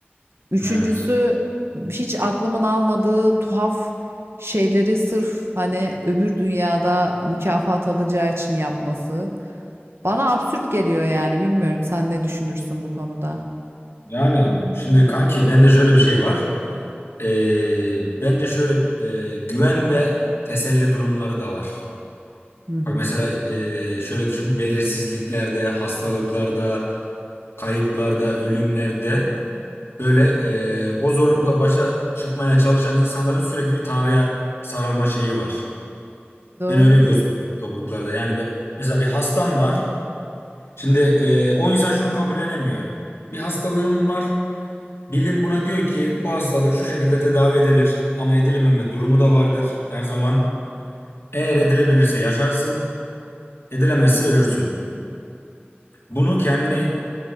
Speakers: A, on the right; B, on the left.
A: Üçüncüsü
B: Evet.
A: hiç aklımın almadığı tuhaf şeyleri sırf hani öbür dünyada mükafat alacağı için yapması. Bana absürt geliyor yani bilmiyorum sen ne düşünürsün bu konuda.
B: Yani şimdi kanki bende şöyle bir şey var. Ee, bence şöyle e, güven ve teselli durumları da var.
A: Hı hı.
B: Bak mesela e, şöyle düşün. Belirsizliklerde, hastalıklarda, kayıplarda, ölümlerde böyle e, o zorlukla başa çıkmaya çalışan insanların sürekli bir Tanrı'ya sarılma şeyi var.
A: Doğru.
B: Ben öyle gözlemliyorum topluluklarda. Yani bir, mesela bir hastan var. Şimdi e, o insan şunu kabullenemiyor. Bir hastalığım var. Bilim buna diyor ki bu hastalık şu şekilde tedavi edilir ama edilememe durumu da vardır her zaman. Eğer edilebilirse yaşarsın, edilemezse ölürsün. Bunu kendine